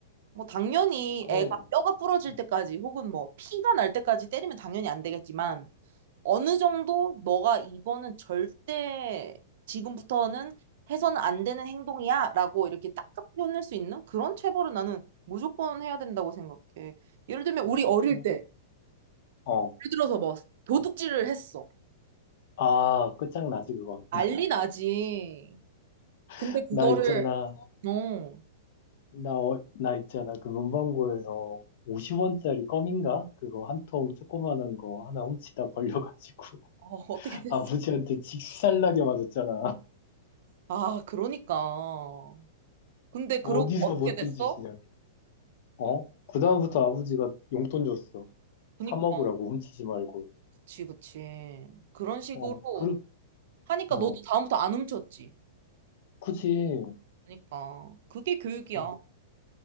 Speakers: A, on the right; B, on the left.
A: 뭐 당연히
B: 그래.
A: 애가 뼈가 부러질
B: 음.
A: 때까지 혹은 뭐 피가 날 때까지 때리면 당연히 안 되겠지만 어느 정도 너가 이거는 절대 지금부터는 해서는 안 되는 행동이야 라고 이렇게 딱게현낼수 있는 그런 체벌은 나는 무조건 해야 된다고 생각해. 예를 들면 우리 어릴
B: 그러니까.
A: 때 예를
B: 어.
A: 들어서 뭐 도둑질을 했어.
B: 아, 끝장나지, 그건.
A: 난리 나지. 근데
B: <laughs>
A: 그거를
B: 나 있잖아.
A: 어,
B: 나, 어, 나 있잖아. 그 문방구에서 50원짜리 껌인가? 그거 한 통 조그만한 거 하나 훔치다 걸려가지고. <laughs>
A: 어 어떻게 됐어?
B: 아버지한테 직살나게 맞았잖아.
A: 아 그러니까. 근데 그러고
B: 어디서
A: 어떻게
B: 못된
A: 됐어?
B: 짓이냐고. 어? 그다음부터 아버지가 용돈 줬어.
A: 그니까
B: 사 먹으라고, 훔치지 말고.
A: 그치 그치. 그런 식으로
B: 어, 그,
A: 하니까
B: 어,
A: 너도 다음부터 안 훔쳤지.
B: 그지.
A: 그러니까 그게 교육이야.
B: 어.